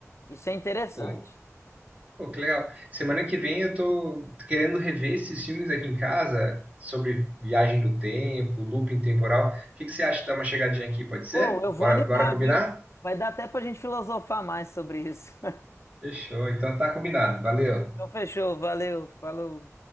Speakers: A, on the left (about 55°); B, on the right (about 25°).
A: Isso é interessante.
B: Pô. Pô, que legal. Semana que vem eu tô querendo rever esses filmes aqui em casa sobre viagem no tempo, looping temporal. O que que você acha de dar uma chegadinha aqui? Pode ser?
A: Pô, eu vou
B: Bora,
A: animar,
B: bora combinar?
A: viu? Vai dar até pra gente filosofar mais sobre isso. <laughs>
B: Fechou. Então tá combinado. Valeu.
A: Então fechou, valeu, falou.